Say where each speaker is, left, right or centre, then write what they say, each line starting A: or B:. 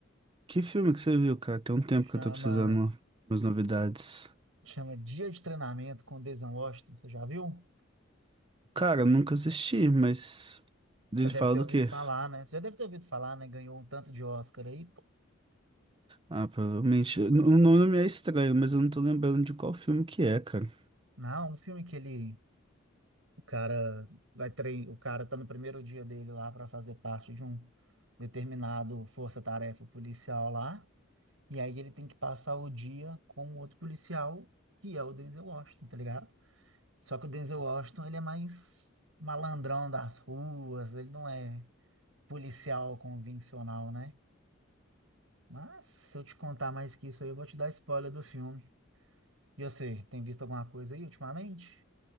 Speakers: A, on the right (about 25°); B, on the right (about 85°).
A: Que filme que você viu, cara? Tem um tempo
B: chama
A: que eu tô precisando de umas novidades.
B: chama Dia de Treinamento com Denzel Washington. Você já viu?
A: Cara, eu nunca assisti, mas
B: Já
A: ele
B: deve
A: fala
B: ter
A: do
B: ouvido
A: quê?
B: falar, né? Você já deve ter ouvido falar, né? Ganhou um tanto de Oscar aí, pô.
A: Ah, provavelmente. O nome me é estranho, mas eu não tô lembrando de qual filme que é, cara.
B: Não, um filme que ele o cara vai treinar, o cara tá no primeiro dia dele lá para fazer parte de um determinado força-tarefa policial lá. E aí ele tem que passar o dia com o outro policial, que é o Denzel Washington, tá ligado? Só que o Denzel Washington, ele é mais malandrão das ruas, ele não é policial convencional, né? Mas se eu te contar mais que isso aí, eu vou te dar spoiler do filme. E você, tem visto alguma coisa aí ultimamente?